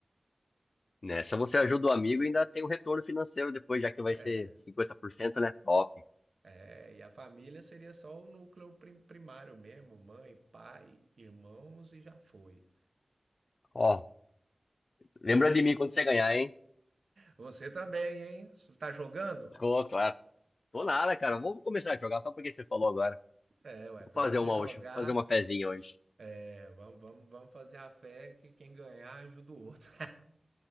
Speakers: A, on the left; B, on the right.
A: nessa você ajuda o amigo e ainda tem o retorno financeiro depois, já que vai
B: É,
A: ser cinquenta por cento né? Top.
B: é, e a família seria só o núcleo primário mesmo, mãe, pai, irmãos e já foi.
A: Ó, lembra de mim quando você ganhar, hein?
B: Você também, hein? Tá jogando?
A: Tô, claro. Tô nada, cara. Vou começar a jogar só porque você falou agora.
B: É, ué,
A: Vou
B: começa
A: fazer uma
B: a jogar
A: hoje, vou fazer uma fezinha hoje.
B: É, vamos, vamos, vamos fazer a fé que quem ganhar ajuda o outro.